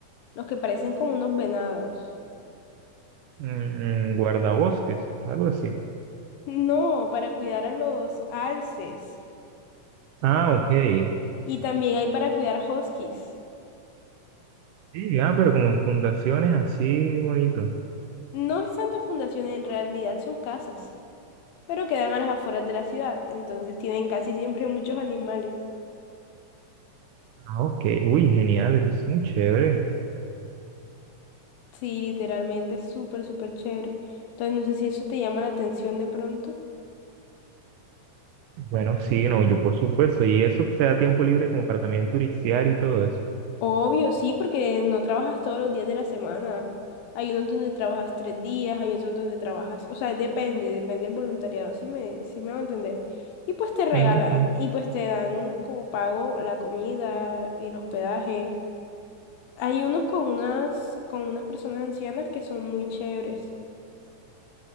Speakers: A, on the left; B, on the right.
A: Los que parecen como unos venados.
B: mm, mm, guardabosques, algo así.
A: No, para cuidar a los alces.
B: Ah, ok.
A: Y también hay para cuidar huskies.
B: Sí, ah, pero como en fundaciones así bonito.
A: No es tanto fundaciones, en realidad son casas, pero quedan a las afueras de la ciudad, entonces tienen casi siempre muchos animales.
B: Ah, Ok, uy, genial, eso es muy chévere.
A: Sí, literalmente es súper, súper chévere. Entonces no sé si eso te llama la atención de pronto.
B: Bueno, sí, no, yo por supuesto, y eso te da tiempo libre como para también turistear y todo eso.
A: Obvio, sí, porque no trabajas todos los días de la semana. Hay unos donde trabajas tres días, hay otros donde trabajas, o sea, depende, depende del voluntariado, si me, si me va a entender. Y pues te regalan,
B: Ujú.
A: y pues te dan como pago la comida, el hospedaje. Hay unos con unas, con unas personas ancianas que son muy chéveres.